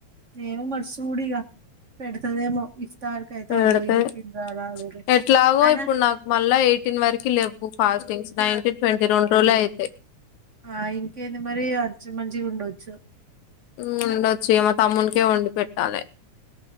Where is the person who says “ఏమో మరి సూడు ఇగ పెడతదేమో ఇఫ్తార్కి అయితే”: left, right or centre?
Right